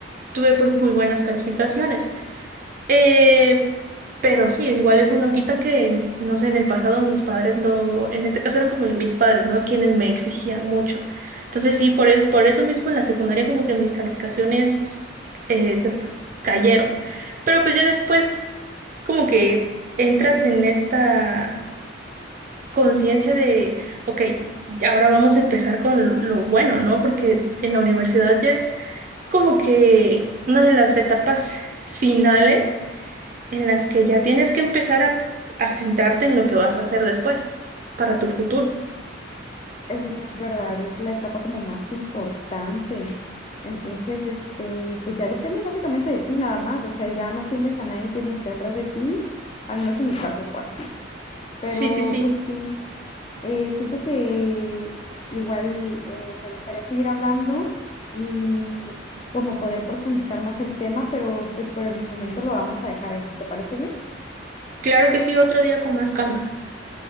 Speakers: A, on the right (about 45°); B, on the left (about 30°).
A: tuve pues muy buenas calificaciones. Eh, pero sí, es igual eso no quita que, no sé, en el pasado mis padres no, en este caso eran como mis padres, ¿no? Quienes me exigían mucho. Entonces sí, por, es- por eso mismo en la secundaria como que mis calificaciones eh, se fu- cayeron. Pero pues ya después como que entras en esta conciencia de, ok, ahora vamos a empezar con lo bueno, ¿no? Porque en la universidad ya es como que una de las etapas finales en las que ya tienes que empezar a, a centrarte en lo que vas a hacer después, para tu futuro.
B: Eso sí es verdad, es la etapa como más importante. Entonces, este, pues ya depende básicamente de ti nada más. O sea, ya no tienes a nadie quien esté atrás de ti. Al menos en mi caso fue así. Pero
A: Sí, sí, sí.
B: pues sí, eh, siento que igual eh, me gustaría seguir hablando y como poder profundizar más el tema, pero pues por el momento lo vamos a dejar aquí. ¿Te parece bien?
A: Claro que sí, otro día con más calma.